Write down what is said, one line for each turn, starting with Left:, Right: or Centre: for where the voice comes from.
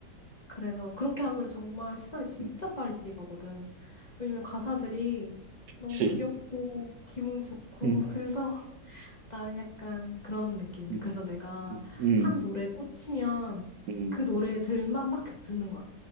Left: 그래서 그렇게 하면 정말 시간이 진짜
Right: 음,
Left: 빨리 가거든. 왜냐면 가사들이 너무
Right: 치,
Left: 귀엽고 기분 좋고
Right: 음,
Left: 그래서 <laughs> 나는 약간 그런 느낌이야.
Right: 음,
Left: 그래서 내가
Right: 음,
Left: 한 노래에 꽂히면
Right: 음,
Left: 그 노래들만 막 계속 듣는 거야.